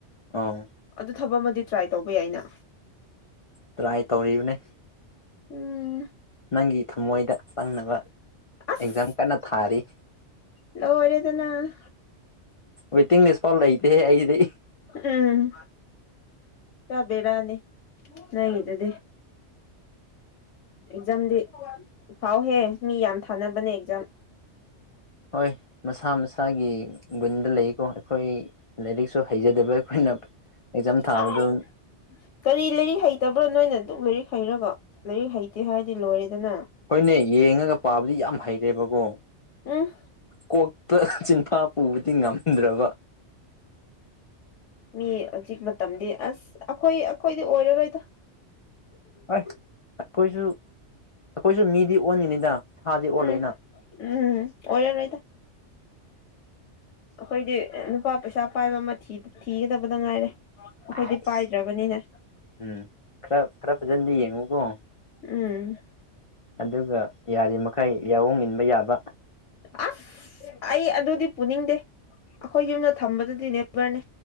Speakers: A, on the left; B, on the left.
A: ꯑꯧ
B: ꯑꯗꯨ ꯊꯕꯛ ꯑꯃꯗꯤ ꯇ꯭ꯔꯥꯏ ꯇꯧꯕ ꯌꯥꯏꯅ
A: ꯇ꯭ꯔꯥꯏ ꯇꯧꯔꯤꯕꯅꯦ
B: ꯎꯝ
A: ꯅꯪꯒꯤ ꯊꯝꯃꯣꯏꯗ ꯆꯪꯅꯕ
B: ꯑꯁ
A: ꯑꯦꯛꯖꯥꯝ ꯀꯟꯅꯥ ꯊꯥꯔꯤ
B: ꯂꯣꯏꯔꯦꯗꯅ
A: ꯋꯥꯏꯇꯤꯡꯂꯤꯁ ꯐꯥꯎ ꯂꯩꯇꯦ ꯑꯩꯒꯤꯗꯤ
B: ꯎꯝ ꯄꯨꯔꯥ ꯕ‌ꯦꯔꯥꯅꯤ ꯅꫭꯏꯒꯤꯗꯨꯗꯤ ꯑꯦꯛꯖꯥꯝꯗꯤ ꯊꯥꯎꯍꯦ ꯃꯤ ꯌꯥꯝ ꯊꯥꯅꯕꯅꯦ ꯑꯦꯛꯖꯥꯝ
A: ꯍꯣꯏ ꯃꯁꯥ ꯃꯁꯥꯒꯤ ꯒꯨꯟꯗ ꯂꯩꯀꯣ ꯑꯩꯈꯣꯏ ꯂꯥꯏꯔꯤꯛꯁꯨ ꯍꯩꯖꯗꯕ ꯑꯩꯈꯣꯏꯅ ꯑꯦꯛꯖꯥꯝ ꯊꯥꯕꯗꯣ
B: ꯀꯥꯏ ꯀꯔꯤ ꯂꯥꯏꯔꯤꯛ ꯍꯩꯇꯕ꯭ꯔꯣ ꯅꯣꯏꯅ ꯑꯗꯨꯛ ꯂꯥꯏꯔꯤꯛ ꯍꯩꯔꯒꯥ ꯂꯥꯏꯔꯤꯛ ꯍꯩꯇꯦ ꯍꯥꯏꯔꯗꯤ ꯂꯣꯏꯔꯦꯗꯅ
A: ꯍꯣꯏꯅꯦ ꯌꯦꯡꯉꯒ ꯄꯥꯕꯗꯤ ꯌꯥꯝ ꯍꯩꯔꯦꯕꯀꯣ
B: ꯎꯝ
A: ꯀꯣꯛ ꯆꯤꯟꯐꯥ ꯄꯨꯕꯗꯤ ꯉꯝꯗ꯭ꯔꯕꯥ
B: ꯃꯤ ꯍꯧꯖꯤꯛ ꯃꯇꯝꯗꯤ ꯑꯁ ꯑꯩꯈꯣꯏ ꯑꯩꯈꯣꯏꯗꯤ ꯑꯣꯏꯔꯔꯣꯏꯗ
A: ꯍꯣꯏ ꯑꯩꯈꯣꯏꯁꯨ ꯑꯩꯈꯣꯏꯁꯨ ꯃꯤꯗꯤ ꯑꯣꯟꯒꯅꯤꯗ ꯁꯥꯗꯤ ꯑꯣꯜꯂꯣꯏꯅ
B: ꯎꯝ ꯎꯝ ꯑꯣꯏꯒꯅꯤꯗ ꯑꯈꫭꯏꯗꯤ ꯎꯝ ꯅꯨꯄꯥ ꯄꯩꯁꯥ ꯄꯥꯏꯕ ꯑꯃꯥ ꯊꯤꯒꯗꯕꯗ ꯉꯥꯏꯔꯦ ꯑꯩꯈꯣꯏꯗꯤ
A: ꯍꯥꯏꯁ
B: ꯄꯥꯏꯗ꯭ꯔꯕꯅꯤꯅꯥ
A: ꯎꯝ ꯈꯔ ꯈꯔ ꯐꯖꯥꯅꯗꯤ ꯌꯦꯡꯉꯨꯀꯣ
B: ꯎꯝ
A: ꯑꯗꯨꯒ ꯌꯥꯔꯤꯃꯈꯩ ꯌꯥꯑꫭꯡ ꯏꯟꯕ ꯌꯥꯕ
B: ꯑꯁ ꯑꯩ ꯑꯗꯨꯗꯤ ꯄꯨꯅꯤꯡꯗꯦ ꯑꯩꯈꯣꯏ ꯌꯨꯝꯗ ꯊꯝꯕꯗꯨꯗꯤ ꯅꯦꯕꯔꯅꯦ